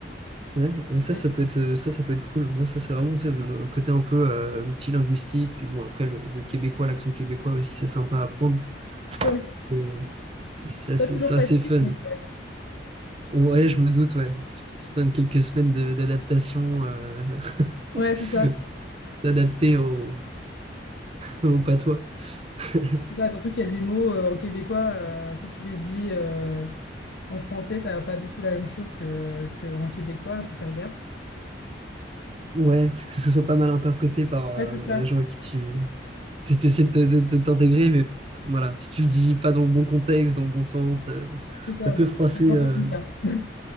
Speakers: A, on the right (about 30°); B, on the left (about 70°).
A: Ouais, et ça,
B: ouais.
A: ça peut être, euh, ça, ça peut être cool. Moi, ça, c'est vraiment tu sais, le le côté un peu euh, multilinguistique. Puis bon, après, le, le québécois, l'accent québécois aussi, c'est sympa à apprendre.
B: Ouais,
A: C'est c'est- c'est assez,
B: Pas toujours
A: c'est assez
B: facile,
A: fun.
B: mais ouais.
A: Ouais, je me doute, ouais. Tu prends quelques semaines de- d'adaptation, euh, <laughs>
B: Ouais, c'est ça.
A: d'adapter au, au patois. <laughs>
B: C'est ça, surtout qu'il y a des mots euh, en québécois, euh, si tu les dis euh, en français, ça va pas du tout la même chose que, que en québécois, faut faire gaffe.
A: Ouais, c'est que ce soit pas mal interprété par, euh,
B: Ouais, c'est ça.
A: par les gens à qui tu essaies de, te- de- de t'intégrer, mais voilà, si tu le dis pas dans le bon contexte, dans le bon sens, euh,
B: C'est ça,
A: ça peut
B: donc
A: froisser,
B: ça peut être un
A: euh,
B: peu bizarre. <laughs>